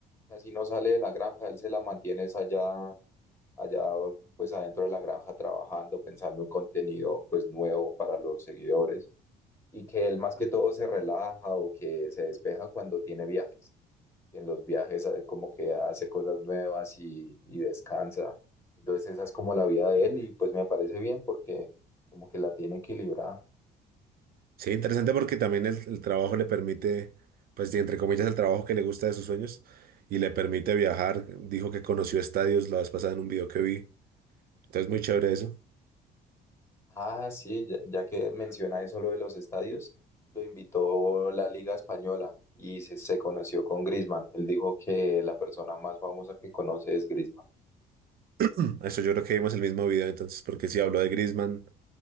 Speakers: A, on the left (about 15°); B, on the right (about 60°).
A: casi no sale de la granja, él se la mantiene es allá, allá pues adentro de la granja trabajando, pensando en contenido pues nuevo para los seguidores y que él más que todo se relaja o que se despeja cuando tiene viajes. y en los viajes eh, como que hace cosas nuevas y, y descansa. Entonces esa es como la vida de él y pues me parece bien porque como que la tiene equilibrada.
B: Sí, interesante porque también el, el trabajo le permite, pues y entre comillas, el trabajo que le gusta de sus sueños y le permite viajar. Dijo que conoció estadios la vez pasada en un video que vi. Entonces, muy chévere eso.
A: Ah, sí, ya, ya que menciona eso lo de los estadios, lo invitó la Liga Española y se, se conoció con Griezmann. Él dijo que la persona más famosa que conoce es Griezmann.
B: <clears throat> Eso yo creo que vimos el mismo video entonces, porque si habló de Griezmann.